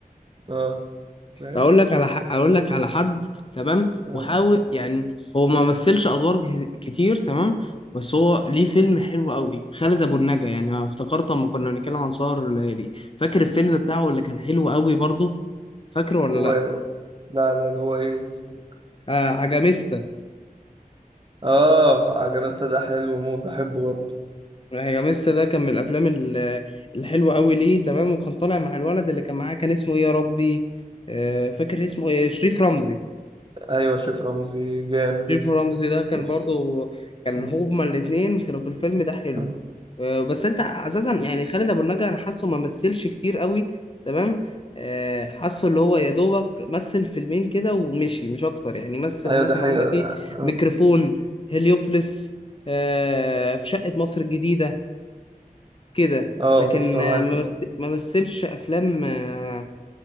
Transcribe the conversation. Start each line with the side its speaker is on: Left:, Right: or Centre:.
Right: اه فاهم
Left: اقول لك على ح... اقول لك على حد تمام
Right: آه،
Left: وحاول يعني هو ما مثلش ادوار ك- كتير تمام بس هو ليه فيلم حلو قوي خالد ابو النجا يعني أنا افتكرت اما كنا بنتكلم عن سهر الليالي فاكر الفيلم بتاعه اللي كان حلو قوي برضه فاكره ولا
Right: اللي
Left: لا
Right: هو لا لا اللي هو إيه قصدي
Left: آه عجميستا
Right: اه عجمست ده حلو موت بحبه برضه
Left: هي ميسا ده كان من الافلام ال- الحلوه قوي ليه تمام وكان طالع مع الولد اللي كان معاه كان اسمه ايه يا ربي آه، فاكر اسمه ايه شريف رمزي
Right: أيوة شيف رمزي جامد
Left: شريف رمزي ده كان
Right: يا اسطى
Left: برضو كان
Right: مم.
Left: هما الاتنين كانوا في الفيلم ده حلو
Right: مم.
Left: آه، بس انت اساسا يعني خالد ابو النجا انا حاسه ما مثلش كتير قوي تمام آه، حاسه اللي هو يا دوبك مثل فيلمين كده ومشي مش اكتر يعني مثل
Right: ايوه
Left: مثلا
Right: دي حقيقة
Left: عندك ايه
Right: اه
Left: ميكروفون هليوبلس آه، في شقة مصر الجديدة كده
Right: آه،
Left: لكن
Right: بس أنا
Left: آه،
Right: معاك
Left: ما مث- ما مثلش افلام آه،